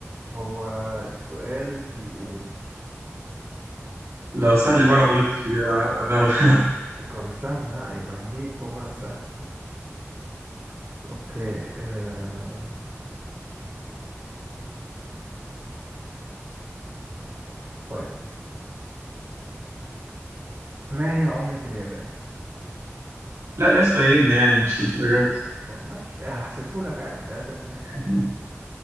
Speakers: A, on the right; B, on the right.
A: هو السؤال بيقول
B: لو سهل بقى انا غلطت فيها انا <laughs>
A: طب استنى لا يبقى نجيب هو سهل أوكي آه... طيب ما هي عملة اليابان؟
B: لا يا اسطى إيه إن يعني مش للدرجه
A: طب ماشي هحسبهولك عادي تلاتة اتنين
B: دي